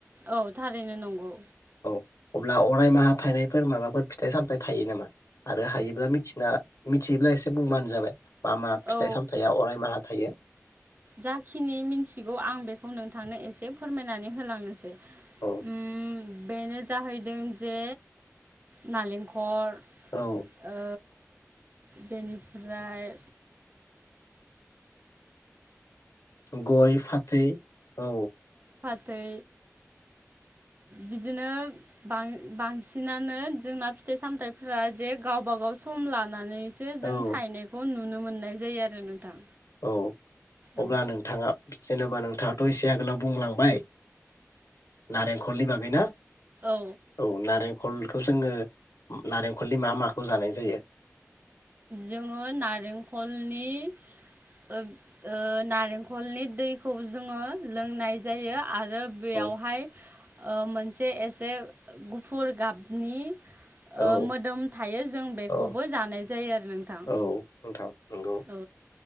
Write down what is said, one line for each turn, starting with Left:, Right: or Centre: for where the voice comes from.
Right: औ थारैनो नंगौ।
Left: अब्ला अरायमाहा थाइनायफोर माबाफोर फिथाइ सामथाइ थायो नामा आरो हायोब्ला मिथिना मिथियोब्ला एसे बुंबानो जाबाय। मा मा फिथाइ
Right: औ
Left: साम अरायमाहा थायो
Right: जाखिनि मिन्थिगौ आं बेखौ नोंथांनो एसे फोरमायनानै होलांनोसै।
Left: औ
Right: उम बेनो जाहैदों जे नालेंखर
Left: औ
Right: ओ बेनिफ्राय
Left: गय फाथै औ।
Right: थै बिदिनो बां-बांसिनानो जोंना फिथाइ सामथाइफोरा जे गावबा गाव सम लानानै जे
Left: औ
Right: जों थायनायखौ नु नुनो मोननाय जायो आरो नोंथां।
Left: औ अब्ला
Right: औ
Left: नोंथांङा जेनेबा नोंथांङाथ एसे आगोलाव बुंलांबाय नारेंखलनि बागै ना
Right: औ
Left: औ नारेंख खलखौ जोंङो नारेंखलनि मा माखौ जानाय जायो?
Right: जोंङो नारेंखलनि ओ ओ नारेंखलनि दैखौ जोंङो लोंनाय जायो आरो आरो बेयावहाय
Left: औ
Right: ओ मोनसे एसे गुफुर गाबनि
Left: औ
Right: ओ मोदोम थायो जों बेखौबो
Left: औ
Right: जानाय जायो आरो नोंथां।
Left: औ नोंथां नंगौ
Right: औ